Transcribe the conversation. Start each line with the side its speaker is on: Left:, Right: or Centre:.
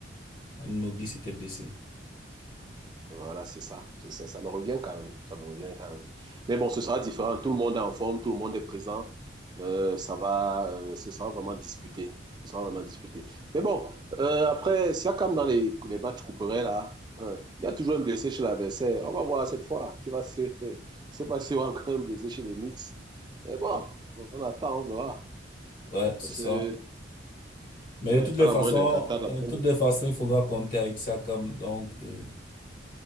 Left: Anunobi s'était blessé.
Right: Voilà, c'est ça. C'est ça. Ça me revient quand même. Ça me revient quand même. Mais bon, ce sera différent. Tout le monde est en forme, tout le monde est présent. Euh, ça va, euh, ce sera vraiment disputé. Ce sera vraiment disputé. Mais bon, euh, après, si comme dans les, les matchs couperets, là, hein, il y a toujours un blessé chez l'adversaire. On va voir cette fois qui va se. <laughs> C'est pas si on a encore un blessé chez les Knicks. Mais bon, on attend, on verra.
Left: Ouais,
Right: Parce
Left: c'est ça.
Right: que,
Left: Mais
Right: ouais,
Left: de toutes les
Right: à la
Left: façons,
Right: moindre d'un catat, la
Left: euh,
Right: moindre,
Left: de toutes les façons, il faudra compter avec Sakam. Donc, euh,